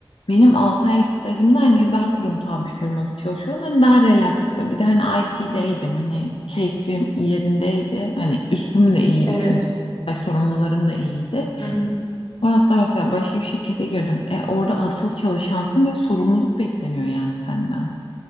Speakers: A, on the left; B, on the left.
A: Benim 6 aylık stajımda hani daha kurumsal bir firmada çalışıyordum. Hani daha relaxtı. Bir de hani IT'deydim. Hani keyfim yerindeydi. Hani üstüm de iyiydi
B: Evet.
A: çünkü. Staj sorumlularım da iyiydi.
B: Hı hı,
A: Sonrasında mesela başka bir şirkete girdim. E, orada asıl çalışansın ve sorumluluk bekleniyor yani senden.